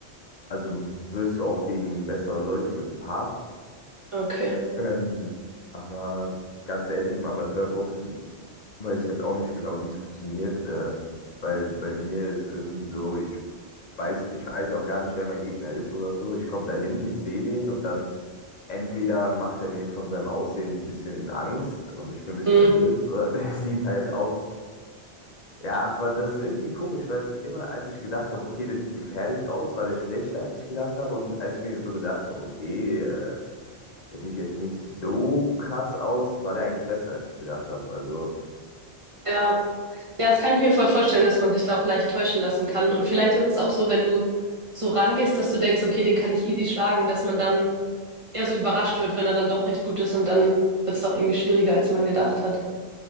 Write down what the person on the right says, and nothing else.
okay.
Hm,
Ja. Ja, das kann ich mir voll vorstellen, dass man sich da auch leicht täuschen lassen kann. Und vielleicht ist es auch so, wenn du so rangehst, dass du denkst, okay, den kann ich easy schlagen, dass man dann eher so überrascht wird, wenn er dann doch recht gut ist und dann wird es doch irgendwie schwieriger, als man gedacht hat.